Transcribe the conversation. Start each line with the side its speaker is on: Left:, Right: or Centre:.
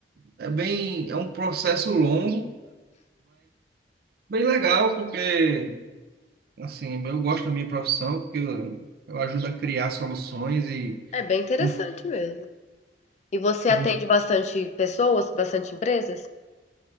Right: É bem, é um processo longo, bem legal, porque Assim, eu gosto da minha profissão porque eu, eu ajudo a criar soluções e
Left: É bem interessante
Right: um-
Left: mesmo. E você atende
Right: um-
Left: bastante pessoas, bastante empresas?